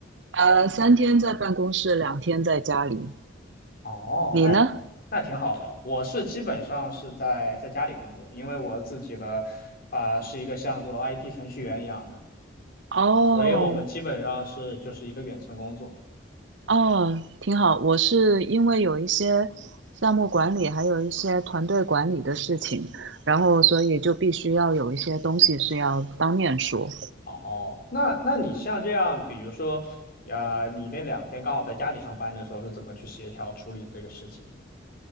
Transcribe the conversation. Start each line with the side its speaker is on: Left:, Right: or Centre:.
Right: 呃，三天在办公室，两天在家里。
Left: 哦，
Right: 你呢？
Left: 哎，那挺好的。我是基本上是在在家里工作，因为我自己的啊、是一个像做 IT 程序员一样的，
Right: 哦
Left: 所以我们基本上是就是一个远程工作。
Right: 哦，挺好。我是因为有一些项目管理，还有一些团队管理的事情，然后所以就必须要有一些东西是要当面说。
Left: 哦，那那你像这样，比如说，呃，你那两天刚好在家里上班的时候，是怎么去协调处理这个事情？